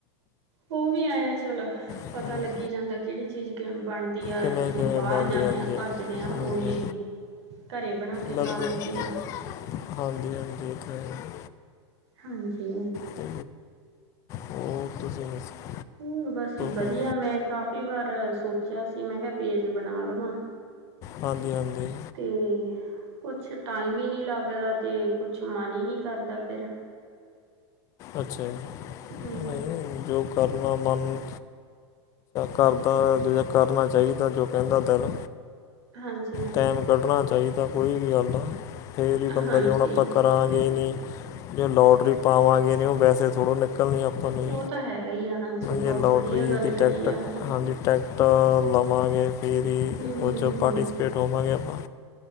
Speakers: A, on the right; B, on the left.
A: ਉ ਵੀ ਆਇਆ ਚੱਲ
B: ਹਮ,
A: ਪਤਾ ਲੱਗੀ ਜਾਂਦਾ ਕਿਹੜੀ ਚੀਜ਼ ਕਿਵੇਂ ਬਣਦੀ ਵਧੀਆ
B: ਕਿਵੇਂ
A: ਜਿੱਥੇ
B: ਕਿਵੇਂ
A: ਬਾਹਰ
B: ਬਣਦੇ
A: ਜਾਂਨੇ
B: ਜਾਂਦੇ
A: ਆਂ, ਭੱਜਦੇ
B: ਆ।
A: ਆਂ ਉਹੀ
B: ਹਾਂਜੀ
A: ਐ ਘਰੇ ਬਣਾ ਕੇ
B: ਬਿਲਕੁਲ
A: ਖਾ ਲਈ ਦੀ ਆ
B: ਹਾਂਜੀ ਹਾਂਜੀ ਇਹ ਤਾਂ ਹੈ ਹੀ
A: ਹਾਂਜੀ
B: ਅਤੇ ਉਹ ਤੁਸੀਂ ਦੱਸੋ <inaudible>
A: ਹੋਰ ਬਸ ਵਧੀਆ
B: ਕੋਈ
A: ਮੈਂ ਕਾਫ਼ੀ ਵਾਰ ਸੋਚਿਆ ਸੀ ਮੈਂ ਕਿਹਾ ਪੇਜ ਬਣਾ ਲਵਾਂ
B: ਹਾਂਜੀ ਹਾਂਜੀ
A: ਤੇ ਕੁੱਛ ਟਾਈਮ ਹੀ ਨਹੀਂ ਲੱਗਦਾ, ਤੇ ਕੁੱਛ ਮਨ ਹੀ ਨਹੀਂ ਕਰਦਾ ਫਿਰ
B: ਅੱਛਾ
A: ਹੂ
B: ਨਹੀਂ ਜੋ ਕਰਨਾ ਮਨ ਕਰਦਾ, ਕਰਨਾ ਚਾਹੀਦਾ ਜੋ ਕਹਿੰਦਾ ਦਿਲ
A: ਹਾਂਜੀ
B: ਟਾਈਮ ਕੱਢਣਾ ਚਾਹੀਦਾ ਕੋਈ ਵੀ ਗੱਲ ਆ, ਫਿਰ ਹੀ ਬੰਦਾ
A: ਹਾਂਜੀ।
B: ਜੋ ਹੁਣ ਆਪਾਂ ਕਰਾਂਗੇ ਈ ਨਹੀਂ ਜੇ ਲੋਟਰੀ ਪਾਵਾਂਗੇ ਨਈ, ਉਹ ਵੈਸੇ ਥੋੜ੍ਹੋ ਨਿਕਲਣੀ ਆ ਆਪਨੀ
A: ਉਹ ਤਾਂ ਹੈਗਾ ਹੀ ਆ ਹਾਂਜੀ
B: ਜੋ
A: ਬਹੁਤ
B: ਲੋੌਟਰੀ
A: ਵਧੀਆ ਗੱਲ
B: ਦੀ
A: ਕਹੀ
B: ਟਿੱਕਟ,
A: ਆ
B: ਹਾਂਜੀ ਟਿੱਕਟ ਤਾਂ ਲਵਾਂਗੇ ਫਿਰ ਹੀ
A: ਹੂੰ-ਹੂੰ-ਹੂੰ,
B: ਉਹ 'ਚੋਂ ਪਾਰਟੀਸਪੇਟ ਹੋਵਾਂਗੇ ਆਪਾਂ